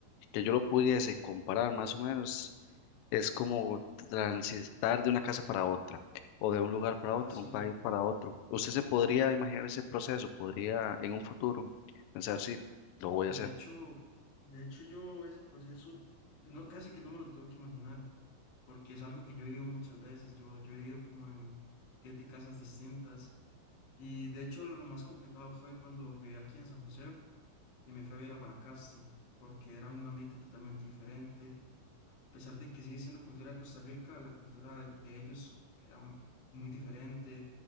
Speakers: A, on the left; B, on the left.
A: que yo lo pudiese comparar más o menos, es como transitar de una casa para otra, o de un lugar para
B: así
A: otro, un país
B: es.
A: para otro. ¿Usted se podría imaginar ese proceso? ¿Podría en un futuro pensar si lo voy
B: De
A: a hacer?
B: hecho, de hecho yo ese proceso no, casi que no me lo tengo que imaginar, porque es algo que yo he vivido muchas veces. Yo, yo he vivido como en siete casas distintas. Y de hecho lo más complicado fue cuando viví aquí en San José y me fui a vivir a Guanacaste, porque era un ambiente totalmente diferente a pesar de que sigue siendo cultura de Costa Rica, la cultura de, de ellos era m- muy diferente,